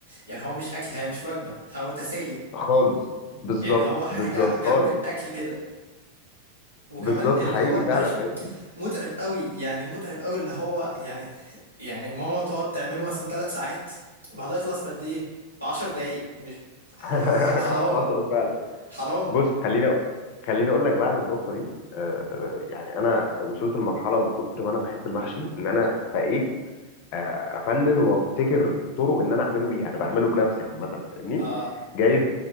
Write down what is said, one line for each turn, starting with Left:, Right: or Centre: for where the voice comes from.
Right: يعني هو مش اكل هي مش وجبه هو تسالي
Left: خالص بالظبط
Right: يعني هو حاجه
Left: بالظبط
Right: جنب
Left: خالص
Right: الاكل كده وكمان
Left: بالظبط
Right: اللي
Left: حقيقي
Right: هو المحشي
Left: فعلا فاهمني
Right: متعب قوي يعني متعب قوي اللي هو يعني يعني ماما تقعد تعمله مثلا ثلاث ساعات بعدها يخلص في قد ايه في 10 دقايق مش
Left: <laughs>
Right: ح- حرام
Left: حصل فعلا
Right: حرام
Left: بص خلينا خليني أقول لك بقى عن النقطة دي آه، يعني أنا وصلت لمرحلة من كتر ما أنا بحب المحشي إن أنا فقيت آه، افنن وابتكر طرق ان انا اعمله بيها انا بعمله بنفسي عامه فاهمني
Right: آه
Left: جايب